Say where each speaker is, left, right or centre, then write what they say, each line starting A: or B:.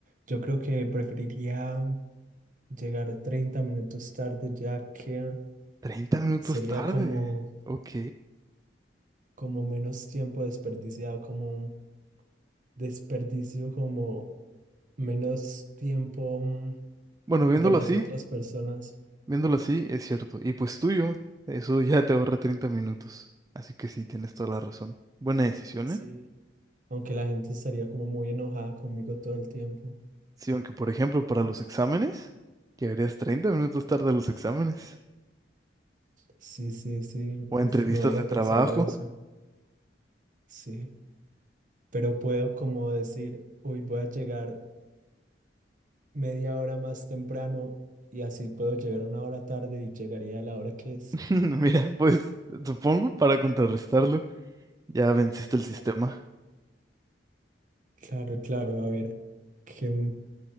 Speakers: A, on the right (about 50°); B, on the right (about 20°).
A: Yo creo que preferiría llegar 30 minutos tarde, ya que
B: Treinta minutos
A: sería
B: tarde.
A: como,
B: Ok.
A: como menos tiempo desperdiciado, como un desperdicio, como menos tiempo mm,
B: Bueno, viéndolo
A: de las
B: así,
A: otras personas.
B: viéndolo así, es cierto. Y pues tuyo, eso ya te ahorra 30 minutos. Así que sí, tienes toda la razón. Buena decisión,
A: Sí,
B: ¿eh?
A: aunque la gente estaría como muy enojada conmigo todo el tiempo.
B: Sí, aunque por ejemplo, para los exámenes, llegarías 30 minutos tarde a los exámenes
A: Sí, sí, sí.
B: o a
A: Uf,
B: entrevistas
A: no había
B: de trabajo.
A: pensado eso. Sí, pero puedo como decir, hoy voy a llegar media hora más temprano y así puedo llegar una hora tarde y llegaría a la hora que es.
B: <laughs> Mira, pues supongo para contrarrestarlo. Ya venciste el
A: Claro,
B: sistema.
A: claro, claro. A ver, ¿qué,